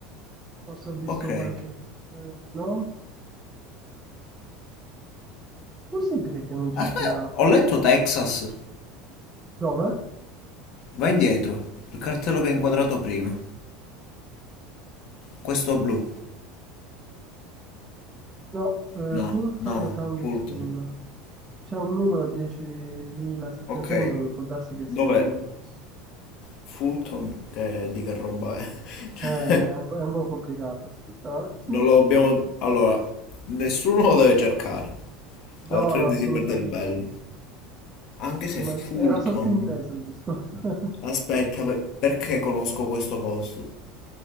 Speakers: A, on the right (about 25°); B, on the left (about 55°).
A: Forse ho visto
B: Ok,
A: qualche. eh, no, possibile che non ci
B: Aspetta,
A: sia.
B: ho letto Texas.
A: Dove?
B: Va indietro. Il cartello che hai inquadrato prima. Questo
A: Ok.
B: blu.
A: No, eh,
B: No,
A: Fulton
B: no,
A: Country
B: Fulton.
A: School. C'è un numero 10.700
B: Ok,
A: che può darsi che
B: dov'è?
A: sia un prefisso.
B: Fulton, che, di che roba è?
A: Eh,
B: <laughs>
A: è un, po' è un po' complicato. Aspetta un attimo.
B: Non lo dobbiamo... Allora, nessuno lo deve cercare,
A: No,
B: altrimenti
A: no, assolutamente.
B: si perde il bello. Anche
A: Ci
B: se
A: man-
B: Fulton...
A: Era sottinteso il discorso. <laughs>
B: Aspetta, per- perché conosco questo posto?